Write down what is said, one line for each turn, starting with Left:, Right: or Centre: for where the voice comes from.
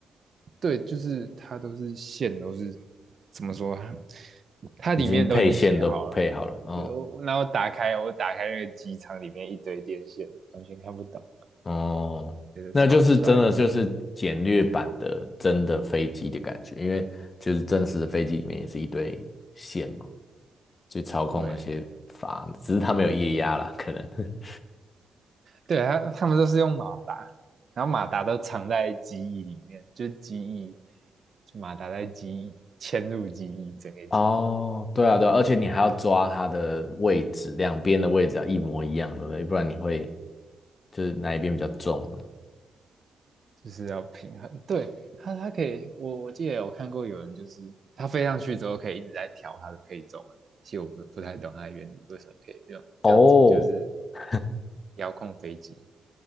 Right: 对，就是它都是线都是怎么说啊它里面都已经写好了，
Left: 已经配线都配好了。哦
Right: 对我那我打开我打开那个机舱里面一堆电线，完全看不懂，
Left: 哦，
Right: 觉得超帅的，
Left: 那就是真的就是简略版的真的飞机的感觉，因为就是真实的飞机里面也是一堆线嘛，去操控那些阀，
Right: 对。
Left: 只是它没有液压啦，可能。<laughs>
Right: 对，他他们都是用马达，然后马达都藏在机翼里面，就机翼，就马达在机翼嵌入机翼，整个机翼
Left: 哦，对啊对啊，而且你还要抓它的位置，两边的位置要一模一样，对不对？不然你会就是哪一边比较重呢？
Right: 就是要平衡。对，他他可以，我我记得有看过有人就是他飞上去之后可以一直在调它的配重啊，其实我不不太懂它的原理为什么可以这样这样做，
Left: 哦，
Right: 就是
Left: <laughs>
Right: 遥控飞机。